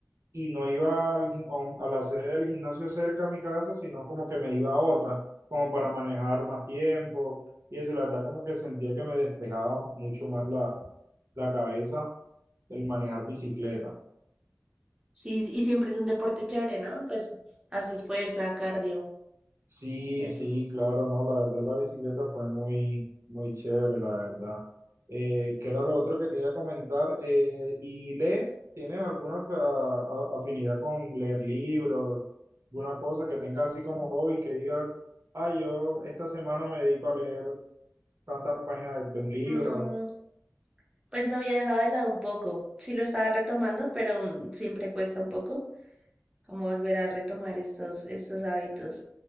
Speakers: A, on the right; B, on the right.
A: y no iba al gim- a a la sede del gimnasio cerca a mi casa, sino como que me iba a otra, como para manejar más tiempo y eso, y la verdad como que sentía que me despejaba mucho más la, la cabeza el manejar bicicleta.
B: Sí, y siempre es un deporte chévere, ¿no? Pues haces fuerza, cardio.
A: Sí,
B: Es,
A: sí, claro, no, la verdad la bicicleta fue muy, muy chévere, la verdad. Eh, ¿qué era lo otro que te iba a comentar? Eh, ¿y lees? ¿Tienes alguna fa- a- afinidad con leer libros? ¿Alguna cosa que tengas así como hobby que digas, ay, yo esta semana me dedico a leer tantas páginas de, de un libro,
B: mm, pues lo había dejado de lado un poco. Sí lo estaba retomando, pero mm, siempre cuesta un poco como volver a retomar estos, estos hábitos.